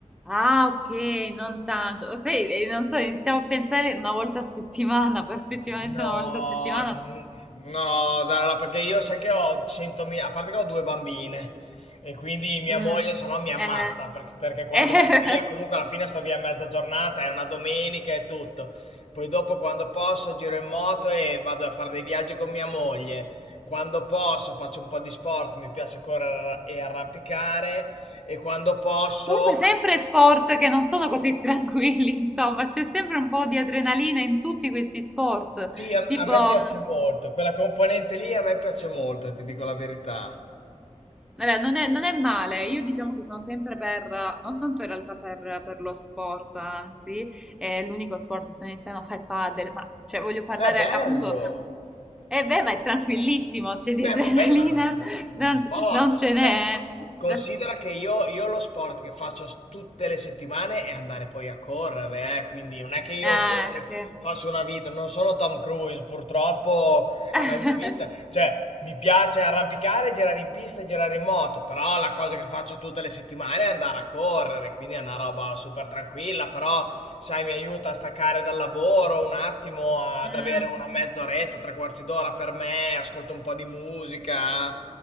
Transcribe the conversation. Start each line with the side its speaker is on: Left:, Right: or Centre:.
Centre: Ah, ok, non tanto. Sai, eh, non so, iniziamo a pensare una volta a settimana, <laughs> perfettamente
Left: No,
Centre: una volta a settimana.
Left: mm, no, Dalla, perché io sai che ho 100.000, a parte che ho due bambine e quindi mia
Centre: Mm,
Left: moglie se no mi ammazza
Centre: eh,
Left: perché, perché quando
Centre: eh.
Left: vado via comunque alla fine sto via mezza giornata, è una domenica e tutto. Poi dopo quando posso giro in moto e vado a fare dei viaggi con mia moglie. Quando posso faccio un po' di sport, mi piace correre e arrampicare e quando posso...
Centre: <laughs> Comunque sempre sport che non sono così tranquilli, <laughs> insomma, c'è sempre un po' di adrenalina in tutti questi sport,
Left: Sì, a
Centre: tipo,
Left: a me
Centre: non
Left: piace
Centre: s-
Left: molto, quella componente lì a me piace molto, ti dico la verità.
Centre: vabbè, non è, non è male, io diciamo che sono sempre per, non tanto in realtà per, per lo sport, anzi, è l'unico sport che sto iniziando a fare padel, ma cioè voglio parlare
Left: Beh, bello!
Centre: appunto... E beh, ma è tranquillissimo, c'è di
Left: Beh,
Centre: adrenalina,
Left: vabbè, ma non, non- non
Centre: non,
Left: importa.
Centre: non ce n'è.
Left: Cioè, considera
Centre: eh.
Left: che io, io lo sport che faccio s- tutte le settimane è andare poi a correre, eh, quindi non è che io
Centre: Ah,
Left: sempre
Centre: ok.
Left: faccio una vita, non sono Tom Cruise, purtroppo
Centre: <laughs>
Left: la mia vita, cioè, mi piace arrampicare, girare in pista e girare in moto, però la cosa che faccio tutte le settimane è andare a correre, quindi è una roba super tranquilla, però sai, mi aiuta a staccare dal lavoro un attimo, ad
Centre: Mm.
Left: avere una mezz'oretta, tre quarti d'ora per me, ascolto un po' di musica,